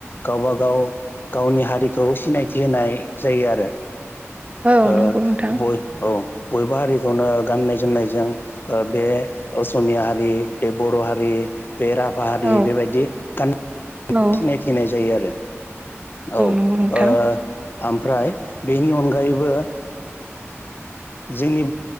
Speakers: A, on the left; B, on the right.
A: गावब गाव गावनि हारिखौ सिनायथि होनाय जायो आ
B: औ
A: ओ
B: नंगौ नोंथां
A: बय औ बयबो हारिखौनो गाननाय जोमनायजों बे असमिया हारि बे बर' हारि बे राभा हारि
B: औ
A: बेबायदि सिनायथिनाय
B: औ
A: जायो आरो औ ओ
B: नंगौ नोंथां
A: ओमफ्राय बेनि अनगायैबो जोंनि